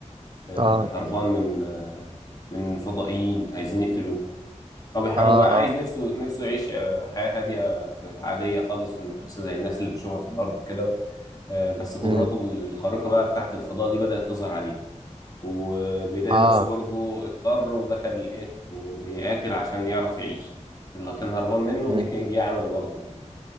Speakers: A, on the left; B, on the right.
A: آه،
B: اه
A: هربان من آه، من فضائيين عايزين يقتلوه هو بيحاول
B: اه
A: بقى عايز
B: اه
A: نفسه نفسه يعيش آه، حياة هادية ف- عادية خالص في المدرسة زي الناس اللي بيشوفها في الأرض وكده آه، بس قدراته
B: امم
A: الخارقة بقى بتاعت الفضاء دي بدأت تظهر عليه وبيلاقي
B: اه
A: نفسه برضه اضطر ودخل الايه ي- يقاتل عشان يعرف يعيش اللي كان هربان منه
B: امم
A: <laughs> جه جه عمل برضه تاني